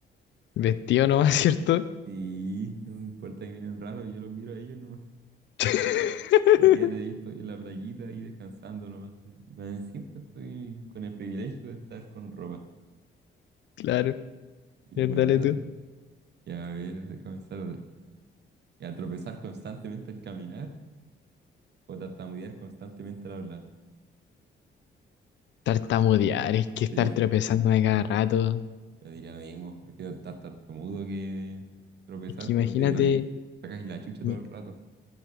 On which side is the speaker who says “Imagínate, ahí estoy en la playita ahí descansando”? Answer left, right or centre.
Right